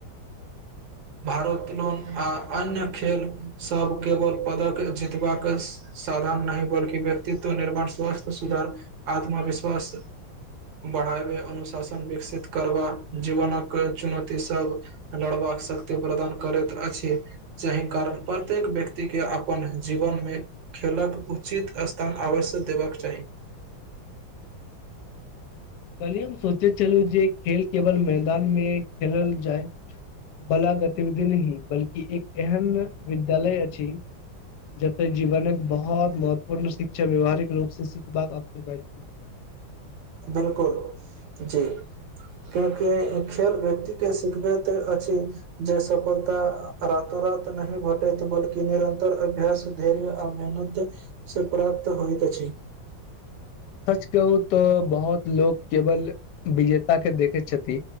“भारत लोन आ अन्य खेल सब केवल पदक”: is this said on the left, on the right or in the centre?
Right